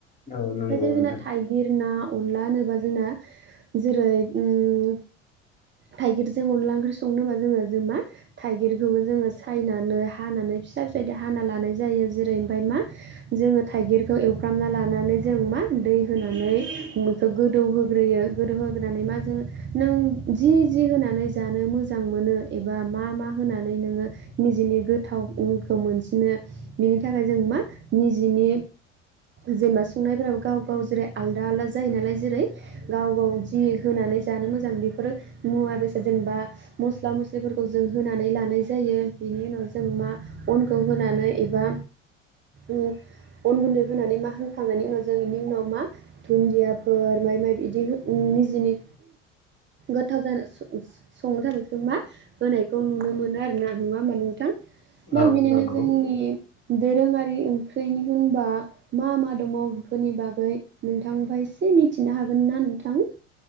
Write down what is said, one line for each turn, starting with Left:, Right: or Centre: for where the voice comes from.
Left: औ नंगौ
Right: दा जेरै
Left: नोंथां
Right: जोंना थाइगिर ना अनला होनोबा जोंना जेरै उम थाइगिरजों अनला ओंख्रि संनोबा जोङो जों मा थाइगिरखौबो जोङो सायनानै हानानै फिसा फिसा इदि हाना लानाय जायो जेरै मा जोङो थाइगिरखौ एवफ्रामना लानानै जों मा दै होनानै बेखौ गोदौ होग्रोयो गोदौ होग्रोनानै मा जों नों जि जि होनानै जानो मोजां मोनो एबा मा मा होनानै नोङो निजेनि गोथावखौ मोनसिनो बिनि थाखाय जों मा निजेनि जेनेबा संनायफोराबो गाव गाव जेरै आलदा आलादा जायो नालाय जेरै गाव गाव जि होनानै जानो मोजां बेफोर मुवा बेसाद जेनेबा मस्ला मस्लिफोरखौ जों होनानै लानाय जायो बेनि उनाव जों मा अनखौ होनानै एबा ओ अन गुन्दै होनानै मा होखांनायनि उनाव जों बेनि उनाव मा दुन्दियाफोर माइ माइ बिदि निजेनि गोथाव जानो संनो थाखाय जों मा होनायखौ नुनो मोनो आरो ना नङा होमबा नोंथां? दा
Left: औ
Right: बिनिनो
Left: नंगौ
Right: जोंनि दोरोङारि ओंख्रिनि होनबा मा मा दमाव बिफोरनि बागै नोंथांफाय एसे मिथिनो हागोन ना नोंथां?